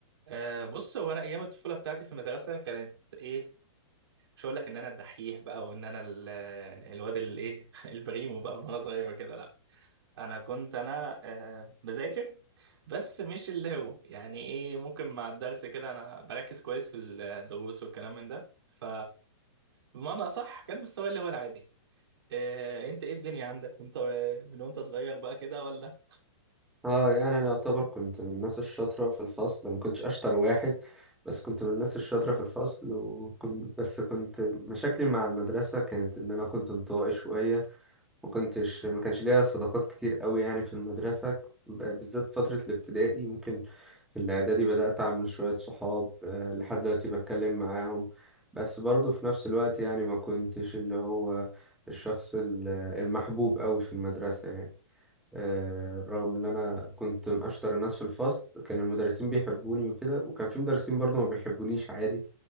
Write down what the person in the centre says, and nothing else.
اه يعني انا اعتبر كنت من الناس الشاطره في الفصل ما كنتش اشطر واحد بس كنت من الناس الشاطره في الفصل وكنت بس كنت مشاكلي مع المدرسه كانت ان انا كنت انطوائي شويه ما كنتش ما كانش ليا صداقات كتير قوي يعني في المدرسه ب- بالذات فتره الابتدائي ممكن في الاعدادي بدات اعمل شويه صحاب آه، لحد دلوقتي بتكلم معاهم بس برضه في نفس الوقت يعني ما كنتش اللي هو الشخص ال- المحبوب قوي في المدرسه يعني آه، رغم ان انا كنت من اشطر الناس في الفصل كان المدرسين بيحبوني وكده وكان في مدرسين برضو ما بيحبونيش عادي